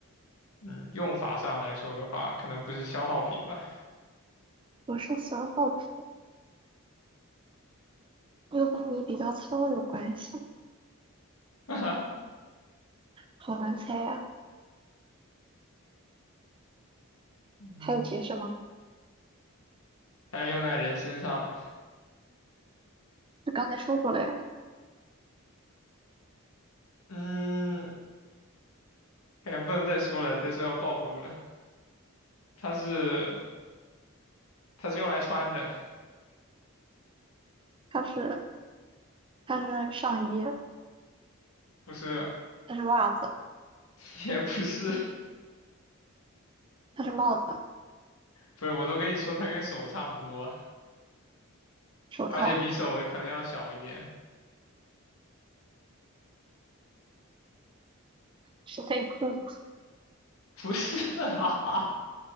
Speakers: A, on the left (about 80°); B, on the right (about 25°).
A: 嗯，用法上来说的话，可能不是消耗品吧，
B: 我是喜耗，品又跟你比较糙有关系，
A: <laughs> 哈哈，
B: 好难猜呀。
A: 嗯，
B: 还有提示吗？
A: 它是用在人身上的，
B: 就刚才说过了呀，
A: 嗯，感觉不能再说了，再说要暴露了，它是，它是用来穿的，
B: 它是它是上衣，
A: 不是，
B: 它是袜子，
A: <laughs> 也不是。
B: 它是帽子、
A: 不是，我都跟你说，它跟手差不多，
B: 手套，
A: 而且比手可能要小一点。<laughs>
B: 是内裤吗？
A: 不是啊，